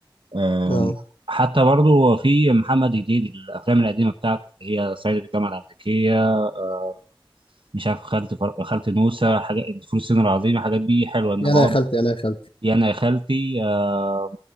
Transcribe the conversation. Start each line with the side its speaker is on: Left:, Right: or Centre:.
Right: آم،
Left: اه
Right: حتى برضو في محمد هنيدي الافلام القديمة بتاعته اللي هي صعيدي في الجامعة الأمريكية آه، مش عارف خالتي فر- خالتي نوسة حاجات فول الصين العظيم الحاجات دي حلوة انما
Left: يا انا
Right: هو
Left: يا خالتي انا يا خالتي
Right: يا انا يا خالتي آه،